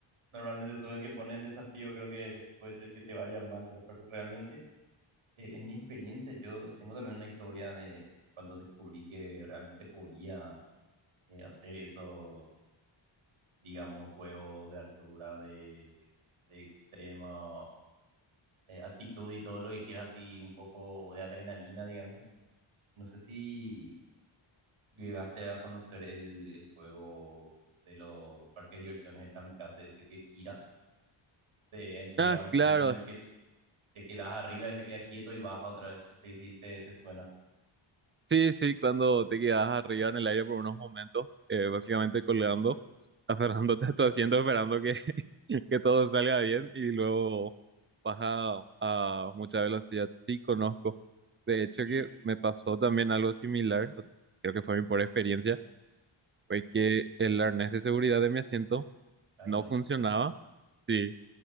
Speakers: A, on the right (about 80°); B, on the right (about 25°).
A: Normalmente soy el que pone el desafío, creo que puede ser que te vaya mal, ¿verdad? Pero realmente, eh, en mi experiencia, yo tengo también una historia de cuando descubrí que realmente podía eh, hacer esos, digamos, juegos de altura, de, de extrema eh, altitud y todo lo que quieras, así un poco de adrenalina, digamos. No sé si llegaste a conocer el, el juego de los parques de diversiones, el kamikaze, ese que gira. Se llega
B: Ah,
A: a un
B: claro.
A: punto en el
B: s-
A: que te quedas arriba y se queda quieto y baja otra vez. Sí, sí, te, se suena.
B: Sí, sí, cuando te quedas arriba en el aire por unos momentos, eh, básicamente colgando, aferrándote a tu asiento, esperando que, <laughs> que todo salga bien y luego baja a mucha velocidad. Sí, conozco. De hecho,
A: Y,
B: que me pasó también algo similar. o sea, creo que fue mi pobre experiencia fue que el arnés de seguridad de mi asiento
A: ay,
B: no
A: no.
B: funcionaba, sí,